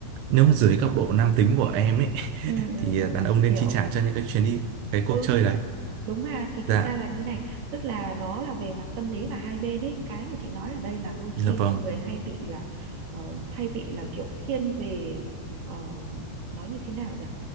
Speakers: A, on the right; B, on the right.
A: nếu mà dưới góc độ nam tính của em ấy
B: ừ ừ
A: thì
B: ừ
A: à, đàn ông
B: chị
A: nên
B: hiểu
A: chi trả cho những cái chuyến đi cái
B: ừ
A: cuộc chơi đấy
B: đúng mà thì
A: dạ
B: thực ra là như này tức là nó là về mặt tâm lý cả hai bên ấy cái mà chị nói ở đây là đôi
A: dạ
B: khi
A: vâng
B: mọi người hay bị là ờ, hay bị là kiểu thiên về ờ, nói như thế nào nhỉ